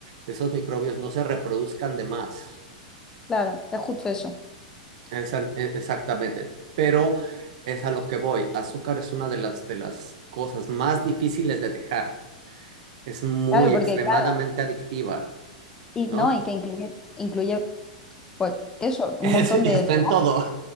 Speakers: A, on the right (about 60°); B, on the left (about 15°).
A: esos microbios no se reproduzcan de más.
B: Claro, es justo eso.
A: Esa- e- exactamente. Pero es a lo que voy. Azúcar es una de las, de las cosas más difíciles de dejar. Es muy
B: Claro, porque
A: extremadamente
B: claro,
A: adictiva,
B: y
A: ¿no?
B: no, y que incluye, incluye Pues eso,
A: <laughs> Es-
B: un montón
A: está
B: de cereales.
A: en todo.